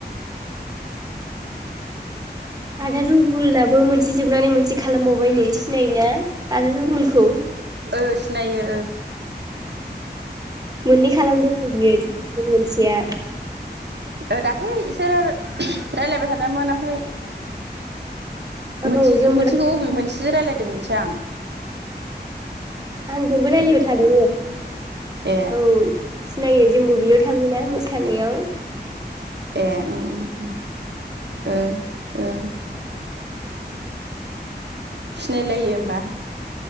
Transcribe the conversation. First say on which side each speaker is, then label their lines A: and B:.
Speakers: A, on the right; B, on the right.
A: आदा रबुलाबो मोनसे जोबनानै मोनसे खालामबावबायनो सिनायो ना आदा रुबुलखौ?
B: ओ सिनायो
A: मोननै खालामदोंनो बियो । <unintelligible> मोनसेया
B: ओ दाख्लै इसोरो रायलायबाय थादोंमोन ओमफ्राय
A: औ
B: मोनसे
A: जोंबो
B: मोनसेखौ अबे मोनसेजों रायलायदों मिथिया आं ।
A: आंजोंबो रायलायबाय थादोंमोन औ
B: ए
A: । सिनायो जोंबो बेयाव थाङोना मोसानायाव ।
B: ए उम उम उम ओ ओ । सिनायलायो होमबा?